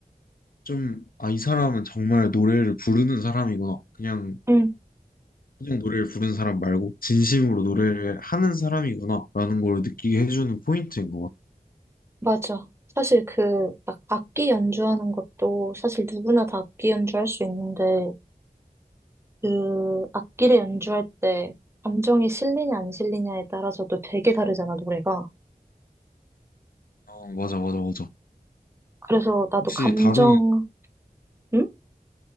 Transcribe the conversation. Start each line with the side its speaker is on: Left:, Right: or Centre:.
Left: 좀, 아, 이 사람은 정말 노래를 부르는 사람이구나. 그냥,
Right: 응.
Left: 그냥 노래를 부르는 사람 말고, 진심으로 노래를 하는 사람이구나. 라는 걸 느끼게 해주는 포인트인 것
Right: 맞아. 사실 그, 막 악기 연주하는 것도 사실 누구나 다 악기 연주할 수 있는데, 그, 악기를 연주할 때 감정이 실리냐 안 실리냐에 따라서도 되게 다르잖아, 노래가.
Left: 같아. 어, 맞아, 맞아, 맞아.
Right: 그래서 나도
Left: 혹시
Right: 감정,
Left: 다루는,
Right: 응?